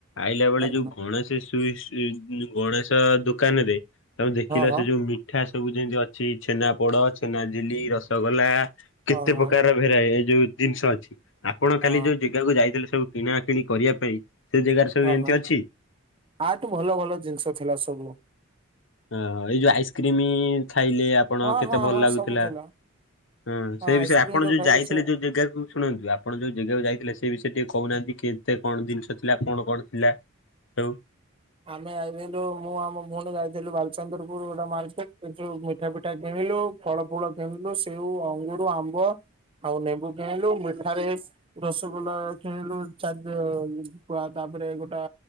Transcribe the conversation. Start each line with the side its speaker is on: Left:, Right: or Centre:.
Left: ଆଇଲା ବେଳେ
Right: ହଁ
Left: ଯୋଉ ଗଣେଶେ ସୁ <unintelligible> ଗଣେଶ ଦୋକାନରେ ତମେ ଦେଖିଲ
Right: ହଁ
Left: ସେ ଯୋଉ ମି ମିଠା ସବୁ ଯେମିତି ଅଛି ଛେନା ପୋଡ ଛେନାଝିଲି ରସଗୋଲା
Right: ହଁ
Left: କେତେ
Right: ହଁ
Left: ପ୍ରକାର ଭେରା ଏ ଯୋଉ ଦିନିଷ ଅଛି ଆପଣ
Right: ହଁ
Left: କାଲି ଯୋଉ ଜେଗାକୁ ଯାଇଥିଲେ ସବୁ କିଣା କିିଣି କରିବା ପାଇଁ ସେଇ ଜେଗାରେ ସବୁ
Right: ହଁ
Left: ଏମିତି
Right: ହଁ
Left: ଅଛି?
Right: ଆଠୁ ଭଲ ଭଲ ଜିନିଷ ଥିଲା ସବୁ।
Left: ଓହୋ ଏଇ ଯୋଉ ଆଇସ୍କ୍ରିମ ଖାଇଲେ ଆପଣ
Right: ହଁ
Left: କେତେ
Right: ହଁ
Left: ଭଲ
Right: ହଁ
Left: ଲାଗୁଥିଲା।
Right: ସବୁ ଥିଲା
Left: ହଁ ସେଇଠି
Right: ଆଇସ୍କ୍ରିମ
Left: ସେ ଆପଣ ଯୋଉ
Right: ଖାଇଲୁ
Left: ଯାଇଥିଲେ
Right: ସେ
Left: ଯୋଉ ଜେଗାକୁ ଶୁଣନ୍ତୁ ଆପଣ ଯୋଉ ଜାଗାକୁ ଯାଇଥିଲେ ସେ ବିଷୟରେ ଟିକେ କହୁନାହାନ୍ତି କେତେ କଣ ଜିନିଷ ଥିଲା କଣ କଣ ଥିଲା। ସବୁ।
Right: ଆମେ ଯାଇଥିଲୁ ମୁଁ ଆଉ ମୋ ଭଉଣୀ ଯାଇଥିଲୁ ବାଲଚନ୍ଦ୍ରପୁର ଗୋଟେ ମାଲ୍ ଟେକ ହେଟୁ ମିଠା ପିଠା କିଣିଲୁ। ଫଳ ଫୁଳ କିଣିଲୁ ସେଉ ଅଙ୍ଗୁରୁ ଆମ୍ବ ଆଉ ନେମ୍ବୁ କିଣିଲୁ ମିଠାରେ ରସଗୋଲା କିଣିଲୁ ଚାରିଦ ତାପରେ ଗୋଟା